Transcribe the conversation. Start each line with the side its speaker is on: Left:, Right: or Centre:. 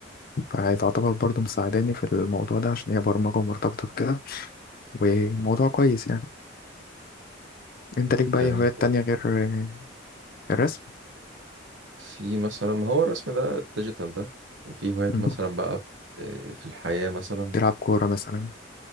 Left: فهي تعتبر برضه مساعداني في الموضوع ده عشان هي برمجة ومرتبطة بكده وموضوع كويس يعني أنت ليك بقى
Right: جميل
Left: أي هوايات تانية غير آه، الرسم؟
Right: في مثلا ما هو الرسم ده الديجيتال ده وفي هوايات
Left: مم.
Right: مثلا بقى آه، في الحياة مثلا
Left: تلعب كورة مثلا